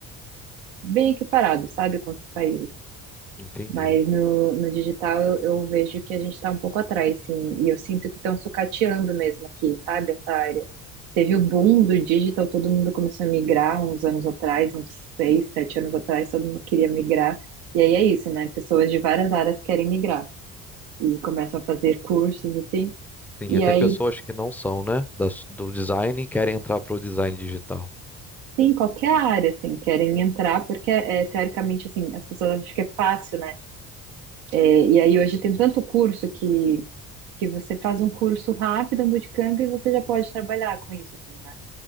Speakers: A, on the right; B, in the centre.
A: bem equiparado, sabe, com outros países.
B: Entendi.
A: Mas no, no digital eu, eu vejo que a gente está um pouco atrás, sim. E eu sinto que estão sucateando mesmo aqui, sabe, essa área. Teve o boom do digital, todo mundo começou a migrar uns anos atrás, uns seis, sete anos atrás, todo mundo queria migrar. E aí é isso, né? Pessoas de várias áreas querem migrar e começam a fazer cursos, assim.
B: sim
A: E
B: até
A: aí,
B: pessoas que não são, né, das- do design e querem entrar para o design digital.
A: sim, qualquer área, assim, querem entrar, porque, é, é, teoricamente, assim, as pessoas acham que é fácil, né? É, e aí hoje tem tanto curso que que você faz um curso rápido, um bootcamp, e você já pode trabalhar com isso, assim, né?